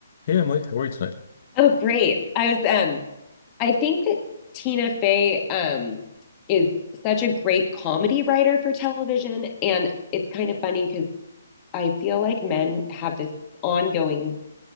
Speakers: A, on the left (about 45°); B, on the left (about 25°).
A: Hey Emily, how are you tonight?
B: Oh, great. I was um I think that Tina Fey um is such a great comedy writer for television and it's kind of funny because I feel like men have this ongoing